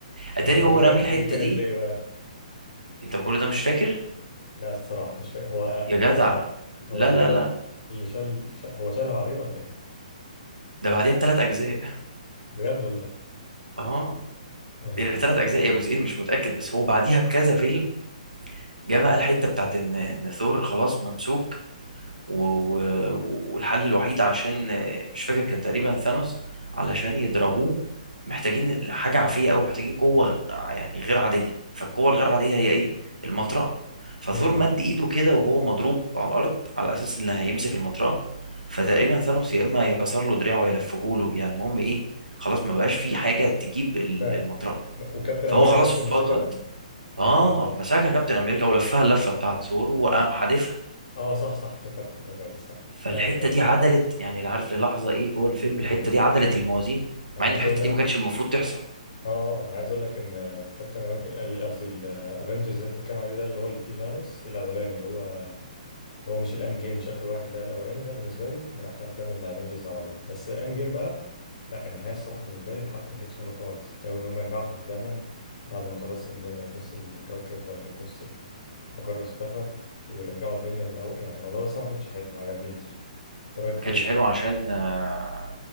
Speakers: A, on the left; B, on the right.
A: طب
B: اتاري
A: هو
B: هو
A: دي كان
B: رامي الحته
A: دي كانت
B: دي
A: ليه بقى
B: انت كل ده مش فاكر
A: لا الصراحة مش فاهم هو
B: يا
A: هو
B: جدع
A: هو
B: لا
A: اللي
B: لا لا
A: اللي شال شا- هو شالها بعدين ولا ايه
B: ده بعديها بثلاث اجزاء
A: بجد والله
B: اه
A: اه
B: يعني ثلاث
A: لا
B: اجزاء يا جزئين مش متاكد بس هو بعديها بكذا فيلم جه بقى الحته بتاعت ان ان ثور خلاص ممسوك و... و... والحل الوحيد عشان آه، مش فاكر كان تقريبا ثانوس علشان يضربوه محتاجين حاجة عافية أو محتاجين قوة آه، يعني غير عادية فالقوة الغير عادية هي إيه المطرقة فثور
A: امم
B: مد إيده كده وهو مضروب على الأرض على أساس إن هيمسك المطرقة فتقريبا ثانوس يا إما يكسر له دراعه يا يلفهوله يعني المهم إيه خلاص ما بقاش في حاجة تجيب ال-
A: فاهم
B: المطرقة
A: وكابتن
B: فهو
A: امريكا
B: خلاص
A: في الاخر
B: فقد
A: مسكها
B: آه
A: ولا
B: مسكها كابتن أمريكا ولفها اللفة بتاعت ثور وقام حادفها
A: اه صح صح افتكرت افتكرت صح
B: فالحته
A: ايوه ايوه افتكرت
B: دي عدلت يعني اللي عارف للحظه ايه جوه الفيلم
A: امم
B: الحته دي عدلت الموازين
A: انا
B: مع
A: عايز
B: ان الحته
A: اقول لك
B: دي ما كانتش المفروض تحصل
A: اه انا عايز اقول لك ان كابتن امريكا قصدي الافنجرز اللي انت بتتكلم عليه ده اللي هو اللي فيه ثانوس الاولاني اللي هو اللي هو مش الاند جيم مش اخر واحد لا الاولاني ده بالنسبه لي من احلى افلام اللي الافنجرز عملوها بس اند جيم بقى لا النهايه الصراحه بالنسبه لي الحبكه ما كانتش حلوه خالص جو ان هم يرجعوا في الزمن بعد ما خلاص الن- نص الكوكب ولا نص المجره اختفى ويرجعوا الدنيا من الاول يعني الموضوع ده الصراحة ما كانش حلو ما عجبنيش إنت رايك
B: ما
A: فيه
B: كانش حلو عشان آه،